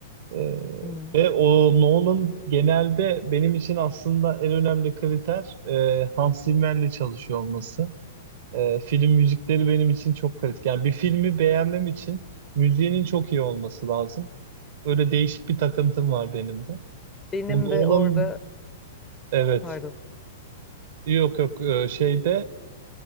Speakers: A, on the right (about 50°); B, on the left (about 15°).
A: Ee,
B: Hmm.
A: ve o Nolan genelde benim için aslında en önemli kriter e, Hans Zimmer'le çalışıyor olması. E, film müzikleri benim için çok kritik. Yani bir filmi beğenmem için müziğinin çok iyi olması lazım. Öyle değişik bir takıntım var benim de.
B: Benim
A: Bu Nolan,
B: de orada
A: evet
B: pardon.
A: Yok yok e, şeyde